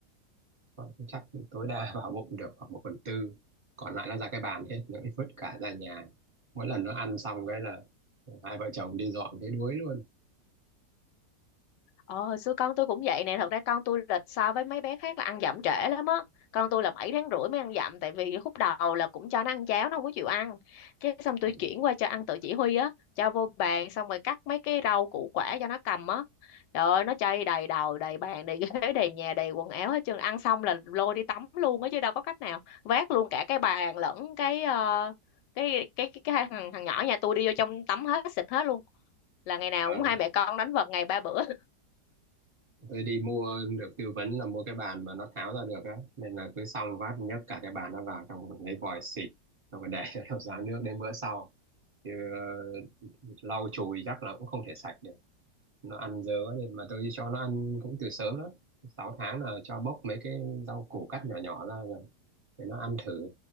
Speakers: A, on the right (about 20°); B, on the left (about 85°).
A: ờ, chắc tối đa vào bụng được khoảng một phần tư còn lại nó ra cái bàn hết nó vứt cả ra nhà mỗi lần nó ăn xong cái là hai vợ chồng đi dọn thấy đuối luôn
B: Ờ, xưa con tôi cũng vậy nè, thật ra con tôi là so với mấy bé khác là ăn dặm trễ lắm á. Con tôi là 7 tháng rưỡi mới ăn dặm tại vì khúc đầu là cũng cho nó ăn cháo nó không có chịu ăn. Cái xong tôi
A: <laughs>
B: chuyển qua cho ăn tự chỉ huy á, cho vô bàn xong rồi cắt mấy cái rau củ quả cho nó cầm á. Trời ơi, nó chơi đầy đầu, đầy bàn, đầy <laughs> ghế, đầy nhà, đầy quần áo hết trơn. Ăn xong là lôi đi tắm luôn á chứ đâu có cách nào. Vác luôn cả cái bàn lẫn cái ờ, cái cái cái, cái thằng thằng nhỏ nhà tôi đi vô trong tắm hết, xịt hết luôn. Là ngày
A: Ừ.
B: nào cũng hai mẹ con đánh vật ngày ba bữa. <laughs>
A: Tôi đi mua được tư vấn là mua cái bàn mà nó tháo ra được á nên là cứ xong vát nhấc cả cái bàn nó vào trong lấy vòi xịt xong rồi để <laughs> nó ráo nước đến bữa sau chứ ờ, lau chùi chắc là cũng không thể sạch được nó ăn dớ đi mà tôi cho nó ăn cũng từ sớm lắm 6 tháng là cho bốc mấy cái rau củ cắt nhỏ nhỏ ra rồi để nó ăn thử